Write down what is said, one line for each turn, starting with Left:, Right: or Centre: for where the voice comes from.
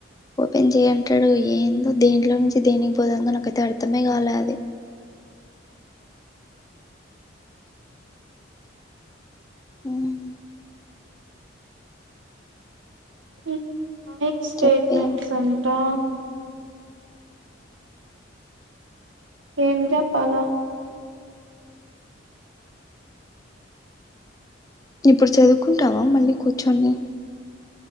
Left: ఓపెన్ చెయి అంటాడు ఏందో దేంట్లో నుంచి దేనికి పోతుందో నాకైతే అర్థమే కాలే అది. మ్
Right: మ్ మైక్ స్టేట్మెంట్స్
Left: చెప్పే
Right: అంటా ఏం చెప్పాల
Left: ఇప్పుడు చదువుకుంటావా మళ్ళీ కూర్చొని